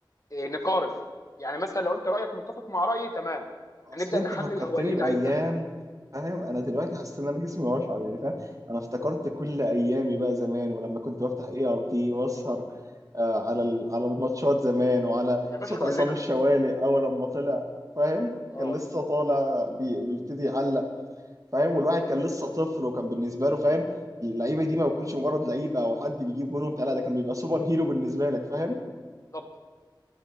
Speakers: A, on the left; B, on the right.
A: إيه، نقارن يعني مثلا لو انت رايك متفق مع رايي تمام
B: اصل
A: هنبدا
B: انت
A: نحلل
B: فكرتني
A: هو ليه اللعيب
B: بايام
A: ده
B: فاهم انا دلوقتي حاسس ان انا جسمي واشعر يعني فاهم انا افتكرت كل ايامي بقى زمان ولما كنت بفتح اي ار تي واسهر آه، على ال- على الماتشات زمان وعلى
A: يا باشا
B: صوت
A: كلنا
B: عصام الشوالي اول لما طلع فاهم
A: اه
B: كان لسه طالع بي- بيبتدي يعلق فاهم والواحد كان لسه طفل وكان بالنسبه له فاهم اللعيبه دي ما بتكونش مجرد لعيبه او حد بيجيب جون وبتاع لا ده كان بيبقى سوبر هيرو بالنسبه لك فاهم
A: بالظبط